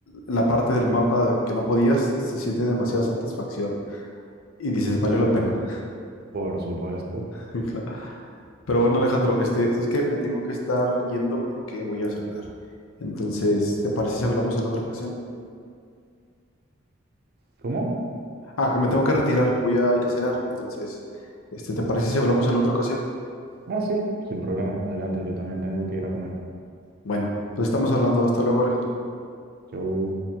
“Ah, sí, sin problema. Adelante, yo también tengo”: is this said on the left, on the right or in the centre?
Right